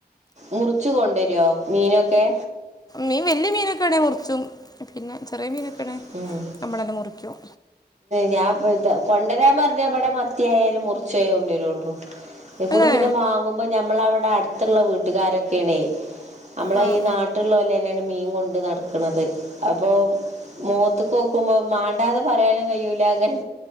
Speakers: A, on the right; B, on the left.
A: മുർച്ച് കൊണ്ടരോ മീനൊക്കെ
B: മീൻ വല്യ മീനൊക്കെ ആണെ മുറിച്ചും പിന്നെ ചെറി മീന
A: ഉം
B: നമ്മളെന്നെ മുറിക്കും
A: ഞാപ്പ ത്ത കൊണ്ടരാൻ പറഞ്ഞ ഇവടെ മത്തിയാലും മുറിച്ചേയ് കൊണ്ടരുള്ളു അതി കൂടെ
B: അല്ലേ
A: പിന്നെ മാങ്ങുമ്പോ ഞമ്മളവിടെ അടുത്തുള്ള വീട്ടുകാരക്കേണേ നമ്മളേ
B: ആഹ്
A: ഈ നാട്ടുള്ളോലെന്നേണ് മീൻ കൊണ്ട് നടക്കണത് അപ്പൊ മോത്തക്കോക്കുമ്പോ മാണ്ടാന്ന് പറയാനും കയൂല അങ്ങനെ